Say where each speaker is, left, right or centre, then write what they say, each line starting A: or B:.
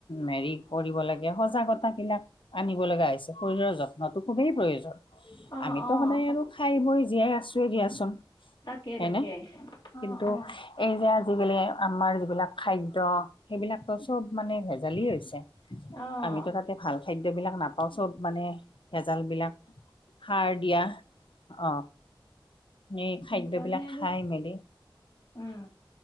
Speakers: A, on the left (about 75°); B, on the left (about 60°).
A: মেৰি কৰিব লাগে সজাগতা বিলাক আনিব লগা হৈছ শৰীৰৰ যত্নতো খুবেই প্ৰয়োজন
B: অ',
A: আমিতো
B: অ',
A: সদায় আৰু খাই বই জীয়াই আছোৱে দিয়াচোন হয়নে
B: তাকে তাকে। অ',
A: কিন্তু
B: অ'।
A: এই যে আজিকালি আমাৰ যিবিলাক খাদ্য সেইবিলাকতো সব মানে ভেজালিয়ে হৈছে
B: অ',
A: আমিতো তাতে ভাল খাদ্যবিলাক নাপাওঁ চব মানে ভেজালবিলাক সাৰ দিয়া অ এই
B: সেইকাৰণে
A: খাদ্যবিলাক
B: আৰু
A: খাই মেলি
B: উম,